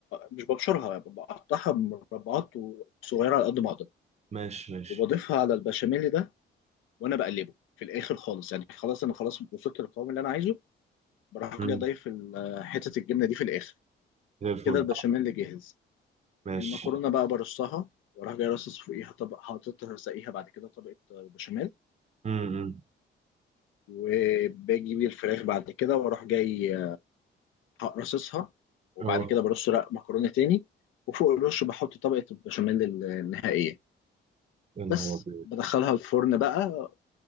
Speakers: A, on the left; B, on the right.
A: مش ببشرها بقطعها مربعات صغيرة على قد ما أقدر
B: ماشي ماشي
A: وبضيفها على البشاميل ده وانا بقلبه في الاخر خالص يعني خلاص انا خلاص وصلت للقوام اللي انا عايزه بروح
B: امم
A: جاي ضايف ال- حته الجبنه دي في الاخر
B: زي الفل
A: كده البشاميل اللي جاهز
B: ماشي
A: المكرونه بقى برصها واروح جاي راصص فوقيها طبق حاططها ساقيها بعد كده طبقه بشاميل
B: امم
A: وباجي بيه الفراخ بعد كده واروح جاي راصصها وبعد
B: اه
A: كده برص رق مكرونه تاني وفوق الرش بحط طبقه البشاميل النهائيه
B: يا نهار
A: بس
B: ابيض
A: بدخلها الفرن بقى